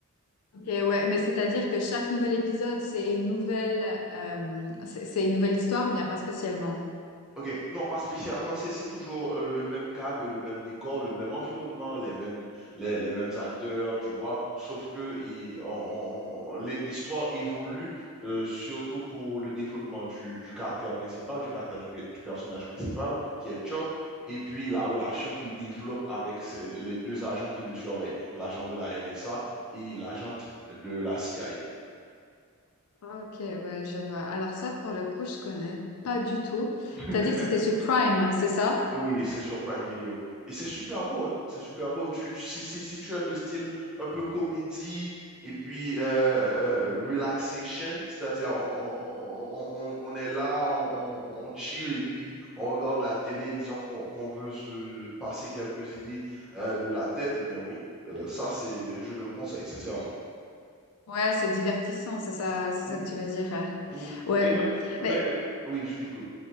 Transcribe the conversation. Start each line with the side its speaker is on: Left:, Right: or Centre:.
Left: Ok, ouais. Mais c'est-à-dire que chaque nouvel épisode, c'est une nouvelle, euh, c'est c'est une nouvelle histoire ou bien pas spécialement?
Centre: OK, non, pas spécialement. C'est c'est toujours euh, le même cadre, le même décor, le même environnement, les mêmes, les, les mêmes acteurs, tu vois. Sauf que il- on- on- on- l'hi- l'histoire évolue euh, surtout pour le développement du, du caractère principal, du caractère du, pe- du personnage principal, qui est Chuck, et puis la relation qu'il développe avec ses- les deux agents qui le surveillent, l'agent de la NSA et l'agente de la CIA.
Left: Ok, ouais, je vois. Alors ça, pour le coup, je connais pas du tout.
Centre: <laughs>
Left: T'as dit que c'était sur Prime, c'est ça?
Centre: Oui, c'est sur Prime Video. Et c'est super beau, hein? C'est super beau. Tu, si, si, si tu aimes le style un peu comédie et puis euh, euh, relaxation, c'est-à-dire on, on, on, on- on est là, on, on, on chill et puis on regarde la télé, disons qu'on qu'on veut se passer quelques idées euh, de la tête, eh bien oui, euh, ça c'est, je te le conseille, sincèrement.
Left: Ouais, c'est divertissant, c'est ça, c'est
Centre: Mhm,
Left: ça que tu veux dire. euh.
Centre: mhm.
Left: Ouais,
Centre: Et mais, mais,
Left: mais
Centre: euh, oui, je t'écoute.